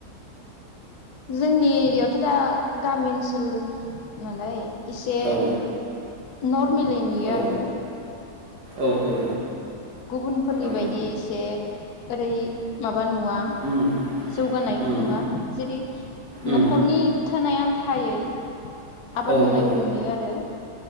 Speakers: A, on the left; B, on the right.
A: जोंनि एरियायावथ' दा गामि ओनसोल नालाय एसे
B: औ
A: नरमेलै नुयो
B: औ
A: आरो।
B: औ औ।
A: गुबुनफोरनि
B: औ
A: बायदि एसे ओरै मा बा नुवा
B: उम
A: जौगानायखौ
B: उम
A: नुवा जेरै
B: उम
A: नखरनि थोनाय आ न्थायै आबाद
B: औ
A: मावनायखौ
B: औ
A: नुयो आरो।